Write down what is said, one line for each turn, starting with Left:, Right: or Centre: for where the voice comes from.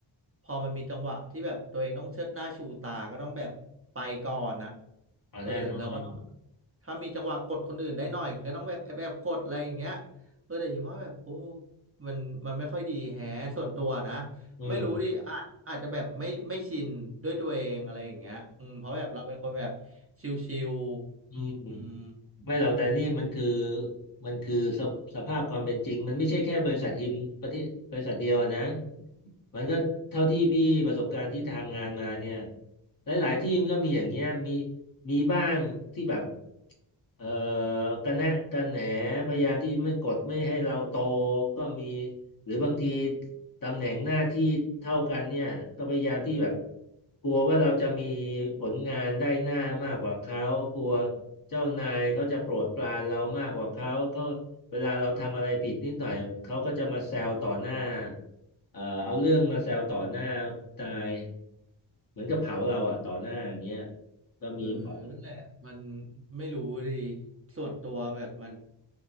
Right: พอมันมีจังหวะที่แบบตัวเองต้องเชิดหน้าชูตาก็ต้องแบบไปก่อนอะ
Left: อาแน่นอน
Right: เออแล้วก็ต้องแบบถ้ามีจังหวะกดคนอื่นได้หน่อยก็ต้องแบบแอบแอบกดอะไรอย่างเงี้ยเออแต่หิมว่าแบบโอ้มันมันไม่ค่อยดีแฮะส่วนตัวนะ
Left: เออ
Right: ไม่รู้ดิอาจอาจจะแบบไม่ไม่ชินด้วยตัวเองอะไรอย่างเงี้ยอืมเพราะแบบเราเป็นคนแบบชิล
Left: อืม
Right: ๆอืม
Left: ไม่หรอกแต่นี่มันคือมันคือสสภาพความเป็นจริงมันไม่ใช่แค่บริษัททีมประเทศบริษัทเดียวนะมันก็เท่าที่พี่ประสบการณ์ที่ทำงานมาเนี่ยหลายๆที่มันก็มีอย่างเงี้ยมีมีบ้างที่แบบ เอ่อกระแนะกระแหนพยายามที่ไม่กดไม่ให้เราโตก็มีหรือบางทีตำแหน่งหน้าที่เท่ากันเนี่ยก็พยายามที่แบบกลัวว่าเราจะมีผลงานได้หน้ามากกว่าเขากลัวเจ้านายเขาจะโปรดปรานเรามากกว่าเขาก็เวลาเราทำอะไรผิดนิดหน่อยเขาก็จะมาแซวต่อหน้าเอ่อเอาเรื่องมาแซวต่อหน้านายเหมือนกับเผาเราอ่ะต่อหน้าอย่างเงี้ยก็มีบ่อย
Right: เออนั่นแหละมันไม่รู้ดีส่วนตัวแบบมัน